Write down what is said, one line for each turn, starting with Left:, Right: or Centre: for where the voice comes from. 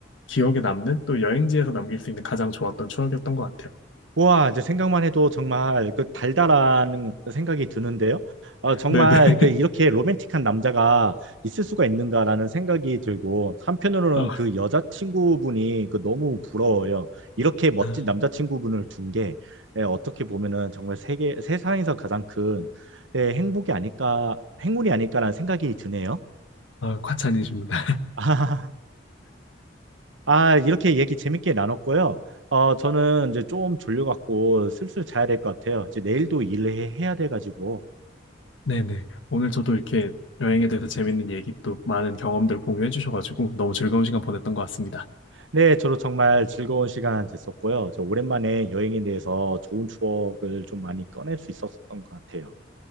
Left: 기억에 남는 또 여행지에서 남길 수 있는 가장 좋았던 추억이었던 것 같아요.
Right: 와, 이제 생각만 해도 정말 그 달달한 생각이 드는데요. 어, 정말
Left: 네네. <laughs>
Right: 그 이렇게 로맨틱한 남자가 있을 수가 있는가라는 생각이 들고 한편으로는
Left: 어,
Right: 그 여자친구분이 그 너무 부러워요. 이렇게 멋진
Left: 아,
Right: 남자친구분을 둔 게 예, 어떻게 보면은 정말 세계 세상에서 가장 큰 예, 행복이 아닐까, 행운이 아닐까라는 생각이 드네요.
Left: 어, 과찬이십니다.
Right: <laughs> 아, 이렇게 얘기 재밌게 나눴고요. 어, 저는 이제 좀 졸려갖고 슬슬 자야 될 것 같아요. 이제 내일도 일을 해- 해야 돼가지고.
Left: 네네. 오늘 저도 이렇게 여행에 대해서 재밌는 얘기 또 많은 경험들 공유해 주셔가지고 너무 즐거운 시간 보냈던 것 같습니다.
Right: 네, 저도 정말 즐거운 시간 됐었고요. 저 오랜만에 여행에 대해서 좋은 추억을 좀 많이 꺼낼 수 있었던 것 같아요.